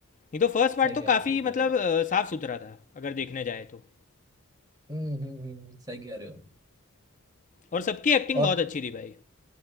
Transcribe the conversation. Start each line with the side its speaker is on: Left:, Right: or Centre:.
Left: नहीं तो फर्स्ट
Right: सही
Left: पार्ट तो
Right: कह
Left: काफ़ी
Right: रहे हो सही कह
Left: मतलब
Right: रहे हो
Left: अ, साफ सुथरा था अगर देखने जाए तो
Right: हम्म हम्म हम्म। सही कह रहे हो
Left: और सबकी एक्टिंग
Right: और
Left: बहुत अच्छी थी भाई